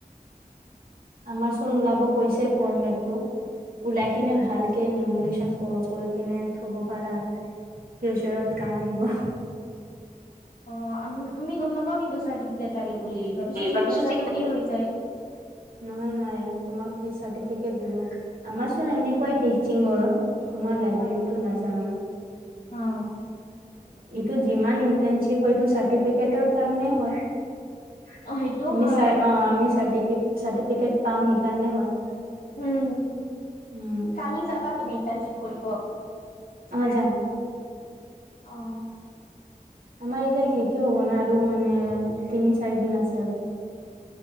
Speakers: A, on the right; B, on the left.
A: আমাৰ চোন ওলাব কৈছে ফৰৰ্মেটটো। ওলাই কিনে ভালকে নেমুলেচন কৰি কিনে থব পাৰা আৰু ফিউচাৰত কাম আহিব।
B: অ', আম আমি গম নাপাও কিন্তু চাৰ্টিফিকেট লাগে বুলি ভাবিছোঁ চিগনেচাৰটো
A: ভাবিছো চিক
B: দিয়ে হৈ যায়
A: নহয় নহয় তোমাক কি চাৰ্টিফিকেট দিব আমাৰ চোনএনেকুৱাই <unintelligible> তোমাৰ লাইব্ৰেৰীতটো
B: অ
A: নাজানো
B: অ',
A: টো যিমান ইণ্টাৰ্নশ্বিপ হয়টো চাৰ্টিফিকেটৰ কাৰণে হয় আমি
B: অ সেইটোও হয়
A: চাৰ অ', আমি চাৰৰ্টি চাৰ্টিফিকেট পাম, সেইকাৰণেও হয়।
B: উম,
A: উম
B: কালি যাবা তুমি ইণ্টাৰ্নশ্বিপ? কৰিব
A: অ', যাম।
B: অ'।
A: আমাৰ এতিয়া শেষে হ'ব না আৰু মানে, তিনি-চাৰি দিন আছে আৰু